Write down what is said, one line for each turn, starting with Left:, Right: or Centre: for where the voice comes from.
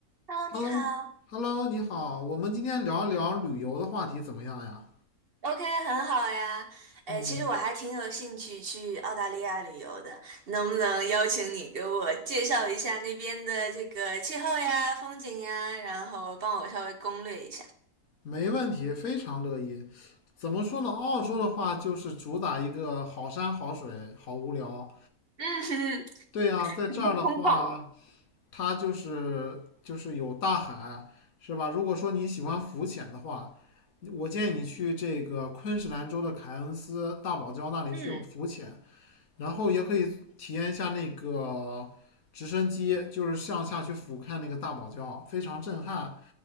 Right: Hello，你好。
Left: Hello，Hello，你好，我们今天聊一聊旅游的话题怎么样呀？
Right: OK，很好呀。哎，
Left: 嗯，
Right: 其实我还挺有兴趣去澳大利亚旅游的，能不能邀请你给我介绍一下那边的这个气候呀、风景呀，然后帮我稍微攻略一下？
Left: 没问题，非常乐意。怎么说呢？澳洲的话就是主打一个好山好水，好无聊。
Right: 嗯，<laughs> 哼哼，
Left: 对呀，在这儿的话，
Right: 很空旷了。
Left: 它就是就是有大海，是吧？如果说你喜欢浮潜的话，我建议你去这个昆士兰州的凯恩斯大堡礁那里去浮潜，
Right: 嗯，
Left: 然后也可以体验一下那个直升机，就是向下去俯瞰那个大堡礁，非常震撼。